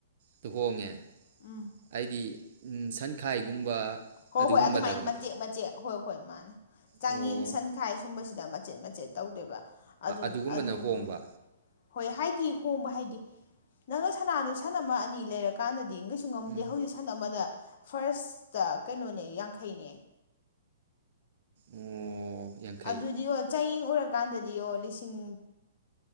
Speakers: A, on the right (about 55°); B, on the left (about 55°).
A: ꯇꯨꯍꯣꯡꯉꯦ
B: ꯎꯝ
A: ꯍꯥꯏꯗꯤ ꯎ ꯁꯟꯈꯥꯏꯒꯨꯝꯕ
B: ꯍꯣꯏ
A: ꯑꯗꯨꯒꯨꯝꯕꯗꯔꯕ
B: ꯍꯣꯏ ꯑꯗꯨꯃꯥꯏꯅ ꯃꯆꯦꯛ ꯃꯆꯦꯛ ꯍꯣꯏ ꯍꯣꯏ ꯃꯥꯅꯦ ꯆꯥꯡꯌꯦꯡ
A: ꯑꯣ
B: ꯁꯟꯈꯥꯏ ꯁꯨꯝꯕꯁꯤꯗ ꯗ ꯃꯆꯦꯠ ꯃꯆꯦꯠ ꯇꯧꯗꯦꯕ ꯑꯗꯨ
A: ꯑꯗꯨꯒꯨꯝꯕꯅ
B: ꯑꯗꯨꯒ
A: ꯍꯣꯡꯕ
B: ꯍꯣꯏ ꯍꯥꯏꯗꯤ ꯍꯣꯡꯕ ꯍꯥꯏꯗꯤ ꯅꯪꯅ ꯁꯅꯥꯗꯨꯣ ꯁꯟ ꯑꯃ ꯑꯅꯤ ꯂꯩꯔꯀꯥꯟꯗꯗꯤ ꯗꯤ ꯀꯩꯁꯨ ꯉꯝꯗꯦ
A: ꯎꯝ
B: ꯍꯧꯖꯤꯛ ꯁꯟ ꯑꯃꯗ ꯐꯥꯔꯁꯇ ꯀꯩꯅꯣꯅꯦ ꯌꯥꯡꯈꯩꯅꯦ
A: ꯑꯣ ꯌꯥꯡꯈꯩ
B: ꯑꯗꯨꯗꯤ ꯍꯣꯏ ꯆ ꯎꯔꯀꯥꯟꯗꯗꯤ ꯑꯣ ꯂꯤꯁꯤꯡ